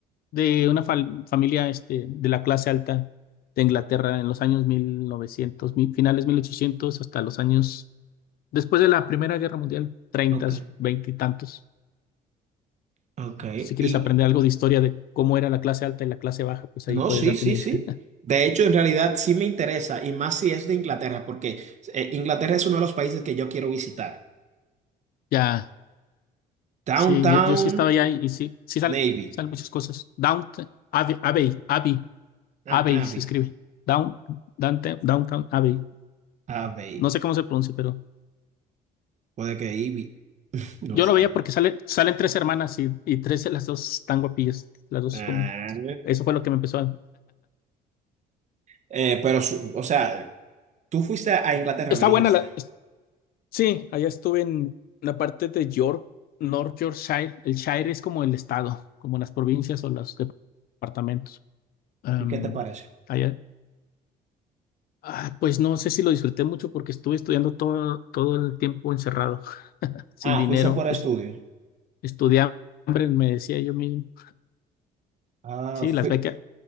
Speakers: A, on the left; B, on the right.
A: de una fal- familia este, de la clase alta de Inglaterra en los años 1900, mil- novecientos, mi- finales 1800, hasta los años. Después de la Primera Guerra Mundial, treintas,
B: Ok,
A: veinte y tantos.
B: ok.
A: Si quieres
B: Y
A: aprender algo de historia de cómo era la clase alta y la clase baja, pues
B: no,
A: ahí puedes
B: sí,
A: darte
B: sí,
A: una idea.
B: sí.
A: <laughs>
B: De hecho, en realidad sí me interesa, y más si es de Inglaterra, porque eh, Inglaterra es uno de los países que yo quiero visitar.
A: Ya,
B: Downtown
A: sí, yo, yo sí estaba allá y, y sí, sí sal-
B: Navy.
A: salen muchas cosas. Downtown Abbey, Abbey, Abbey,
B: Ah,
A: Abbey
B: Abbey.
A: se escribe. Down, Dante- Downtown Abbey.
B: Abbey.
A: No sé cómo se pronuncia, pero
B: Puede que Ivy, no
A: yo
B: sé.
A: lo veía porque sale, salen tres hermanas y, y tres de las dos están guapillas. Las dos
B: Ah,
A: como... Eso fue lo que me empezó a...
B: eh, pero, su- o sea, tú fuiste a Inglaterra,
A: Está
B: me dijiste.
A: buena la... Sí, allá estuve en la parte de York, North Yorkshire. El Shire es como el estado, como las provincias o los departamentos. Am,
B: ¿Y qué te parece?
A: allá, ah, pues no sé si lo disfruté mucho porque estuve estudiando todo, todo el tiempo encerrado, <laughs> sin
B: Ah,
A: dinero,
B: fuiste por estudio.
A: pues estudié hambre, me decía yo mismo.
B: Ah,
A: Sí,
B: fui-
A: las becas,